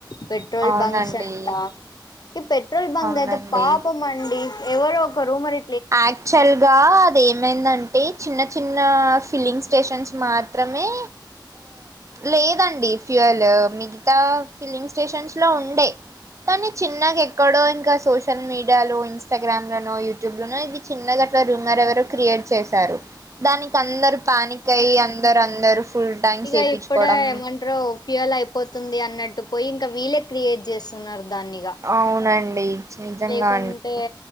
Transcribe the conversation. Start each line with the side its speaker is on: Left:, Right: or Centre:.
Left: పెట్రోల్
Right: అవునండి
Left: బంక్స్ అంట ఈ పెట్రోల్ బంక్
Right: అవునండి
Left: అయితే పాపం అండి ఎవరు కో రూమర్
Right: యాక్చువల్ గా అది ఏమైందంటే చిన్న చిన్న ఫిల్లింగ్ స్టేషన్స్ మాత్రమే లేదండి ఫ్యూవల్ మిగతా ఫిల్లింగ్ స్టేషన్స్లో ఉండే కానీ చిన్నగా ఎక్కడో ఇంకా సోష షల్ మీడియాలోన్స్ ఇన్స్టాగ్రామ్ లోనో యూట్యూ ఇది చిన్నగట్ల రూమర్ ఎవరో క్రియేట్ చేశారు. దానికి అందరు పానిక్ అయ్యి అందరు అందరు ఫుల్ ట్యాంక్స్
Left: ఇగ
Right: చేపించుకోవడం
Left: ఇప్పుడే ఏమంటరు ఫ్యూవల్ అయిపోతుంది అన్నట్టు పోయి ఇంక వీళ్ళే క్రియేట్ చేస్తున్నారు. దాన్నిగా
Right: అవునన్ పయి నిజంగా
Left: లేకుంటే
Right: అండి